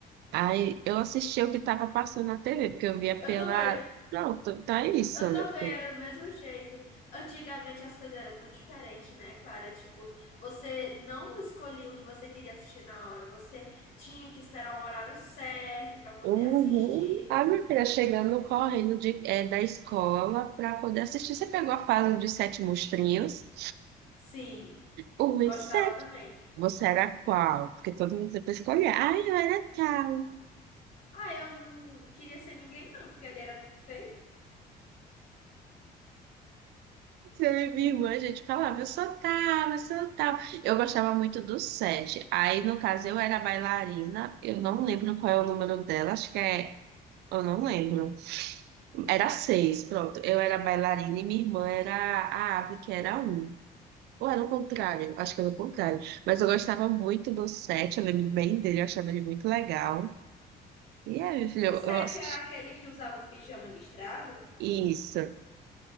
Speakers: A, on the right; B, on the left.
A: Aí eu assistia o que tava passando na TV, porque eu via
B: Eu
A: pela.
B: também.
A: Pronto, tá isso,
B: Eu também
A: meu filho.
B: era do mesmo jeito. Antigamente as coisas eram tão diferentes, né, Clara? Tipo, você não escolhia o que você queria assistir na hora, você tinha que esperar um horário certo para poder
A: Uhum.
B: assistir.
A: A minha filha chegando correndo de, é, da escola pra poder assistir. Você pegou a fase dos sete monstrinhos?
B: Sim,
A: Um e
B: gostava
A: sete.
B: também.
A: Você era qual? Porque todo mundo sempre escolhia. Ah, eu era tal.
B: Ah, eu não queria ser ninguém, não, porque ali era tudo feio.
A: Você, é minha irmã, a gente falava, eu sou tal, eu sou tal. Eu gostava muito do sete. Aí, no caso, eu era bailarina, eu não lembro qual é o número dela, acho que é. Eu não lembro. Era seis, pronto. Eu era bailarina e minha irmã era a ave, que era um. Ou era o contrário? Acho que era o contrário. Mas eu gostava muito do sete, eu lembro bem dele, eu achava ele muito legal. E é, meu filho,
B: O
A: eu,
B: 7
A: eu assisti.
B: era aquele que usava o pijama listrado.
A: Isso.